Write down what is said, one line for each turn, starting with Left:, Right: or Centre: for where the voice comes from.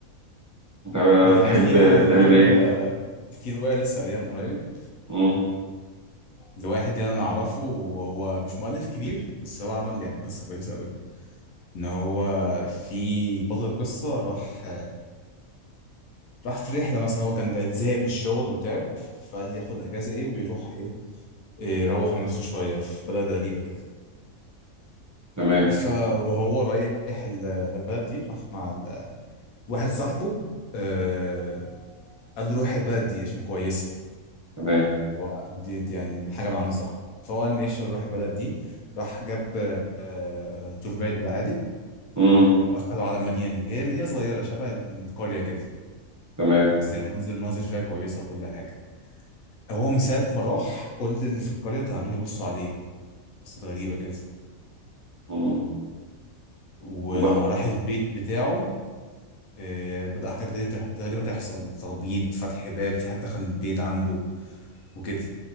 Right: انت
Left: انا
Right: بتحب
Left: في
Right: تعمل
Left: في روايه
Right: ايه
Left: في روايه لسه قاريها من قريب
Right: امم
Left: لواحد يعني انا اعرفه وهو مش مؤلف كبير بس هو عمل يعني قصه كويسه قوي ان هو في بطل القصه راح راح في رحله مثلا هو كان زهق من الشغل وتعب فقال لي ياخد اجازه ايه ويروح ايه إيه، يروح عن نفسه شويه في بلد غريبه كده
Right: تمام
Left: ف وهو رايح ال- البلد دي راح مع ال- واحد صاحبه آه، قال له روح البلد دي عشان كويسه
Right: تمام
Left: هو دي دي يعني من حاجه من عند صاحبه فهو قال ماشي نروح البلد دي راح جاب آه، تور جايد بالعادي
Right: امم
Left: واخدوا على المدينه دي هي مدينه صغيره شبه ال- القريه كده
Right: تمام
Left: بس هي مناظر المناظر فيها كويسه وكل حاجه هو من ساعه ما راح كل اللي في القريه كانوا عاملين يبصوا عليه بصات غريبه كده
Right: امم
Left: ولما
Right: والله
Left: راح البيت بتاعه آه، بدأ حاجات غريبة تح- غريبة تحصل تخبيط فتح باب في حد دخل البيت عنده وكده